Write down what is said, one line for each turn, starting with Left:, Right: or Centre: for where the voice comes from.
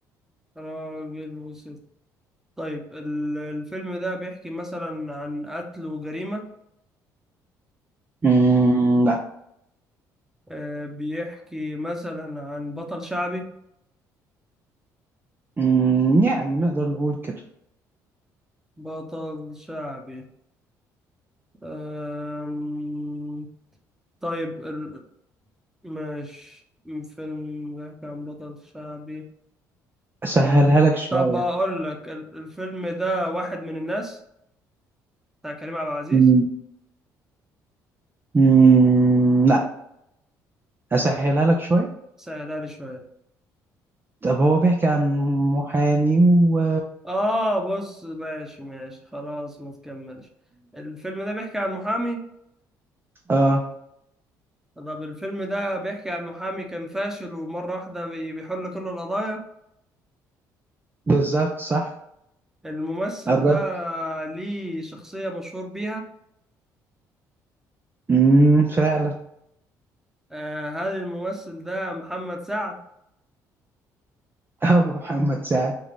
Centre: راجل وست طيب ال- الفيلم ده بيحكي مثلا عن قتل وجريمة
Right: مم لا
Centre: آه، بيحكي مثلا عن بطل شعبي
Right: مم يعني نقدر نقول كده
Centre: بطل شعبي آم، طيب ال- مش فيلم بيحكي عن بطل شعبي
Right: أسهلها
Centre: آه،
Right: لك شوية
Centre: طب أقول لك ال- الفيلم ده واحد من الناس بتاع كريم عبد العزيز
Right: مم مم لا أسهلها
Centre: طيب
Right: لك شوية
Centre: سهلها لي شوية
Right: طب هو بيحكي عن محامي و
Centre: آه بص ماشي ماشي خلاص ما تكملش الفيلم ده بيحكي عن محامي
Right: اه
Centre: طب الفيلم ده بيحكي عن محامي كان فاشل ومرة واحدة بي- بيحل كل القضايا
Right: بالظبط صح
Centre: الممثل
Right: قربت
Centre: ده ليه شخصية مشهور بيها
Right: امم فعلا
Centre: آه، هل الممثل ده محمد سعد
Right: <laughs> هو محمد سعد